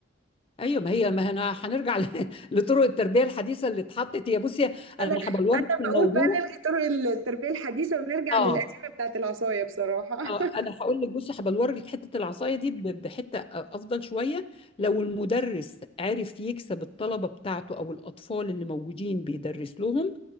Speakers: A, on the left; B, on the right.
A: ايوه ما هي ما انا هنرجع ل- <laughs> لطرق التربيه الحديثه اللي اتحطت هي بصي انا
B: انا
A: هبلور
B: انا
A: في الموضوع
B: بقول بقى نلغي طرق التربيه الحديثه ونرجع
A: اه
B: للقديمه بتاعت العصايه بصراحه <laughs>
A: اه انا هقول لك بصي هبقى اوريك حته العصايه دي ب- بحته آه، افضل شويه لو المدرس عرف يكسب الطلبه بتاعته او الاطفال اللي موجودين بيدرس لهم